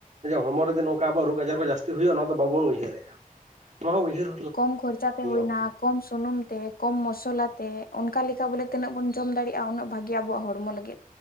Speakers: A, on the right; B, on the left.
A: ᱦᱚᱲᱢᱚ ᱨᱮᱫᱚ ᱱᱚᱝᱠᱟ ᱟᱵᱚᱣᱟᱜ ᱨᱳᱜᱽ ᱟᱡᱟᱨ ᱠᱚ ᱡᱟᱹᱥᱛᱤ ᱦᱩᱭᱩᱜ-ᱟ ᱚᱱᱟ ᱫᱚ ᱵᱟᱵᱚᱱ ᱩᱭᱦᱟᱹᱨᱮᱜ-ᱟ ᱱᱚᱣᱟ ᱦᱚ ᱩᱭᱦᱟᱹᱨ
B: ᱠᱚᱢ ᱠᱷᱚᱨᱪᱟ ᱛᱮ ᱦᱩᱭᱱᱟ
A: ᱚᱠᱛᱚ
B: ᱠᱚᱢ ᱥᱩᱱᱩᱢ ᱛᱮ ᱠᱚᱢ ᱢᱚᱥᱚᱞᱟ ᱛᱮ ᱚᱱᱠᱟ ᱞᱮᱠᱟ ᱵᱚᱞᱮ ᱛᱤᱱᱟᱹᱜ ᱵᱚᱱ ᱡᱚᱢ ᱫᱟᱲᱮᱭᱟᱜᱼᱟ ᱩᱱᱟᱹᱜ ᱵᱷᱟᱜᱤ ᱟᱵᱚᱣᱟᱜ ᱦᱚᱲᱢᱚ ᱞᱟᱹᱜᱤᱫ ᱛᱮ